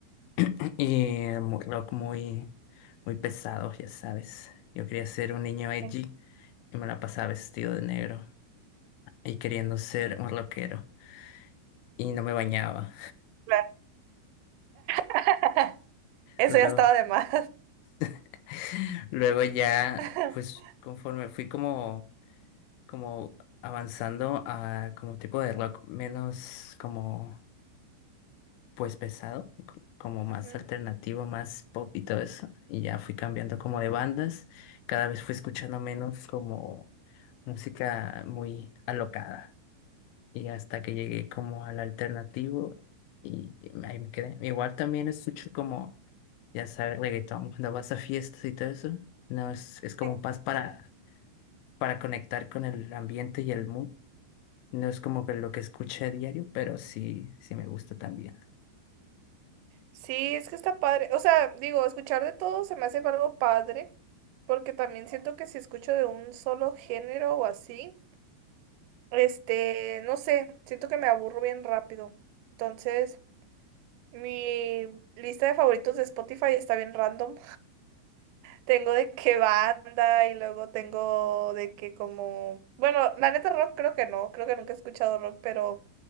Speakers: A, on the left; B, on the right.
A: <clears throat> y muy rock muy, muy pesado, ya sabes. Yo quería ser un niño edgy
B: Sí,
A: y me la pasaba vestido de negro. y queriendo ser un rockero y no me bañaba.
B: claro. <laughs> Eso
A: Luego,
B: ya estaba de más.
A: <laughs> luego ya,
B: <laughs>
A: pues conforme fui como, como avanzando a como tipo de rock menos como pues pesado, co- como más
B: Ujú.
A: alternativo, más pop y todo eso, y ya fui cambiando como de bandas, cada vez fui escuchando menos como música muy alocada. y hasta que llegué como al alternativo y ahí me quedé. Igual también escucho como, ya sabes, reggaetón cuando vas a fiestas y todo eso. No es, es como
B: Sí.
A: paz para, para conectar con el ambiente y el mood. No es como que lo que escuché a diario, pero sí, sí me gusta también.
B: Sí, es que está padre. O sea, digo, escuchar de todo se me hace algo padre, porque también siento que si escucho de un solo género o así, este, no sé, siento que me aburro bien rápido. Entonces, mi lista de favoritos de Spotify está bien random, Tengo de qué banda y luego tengo de que como... Bueno, la neta rock creo que no, creo que nunca he escuchado rock, pero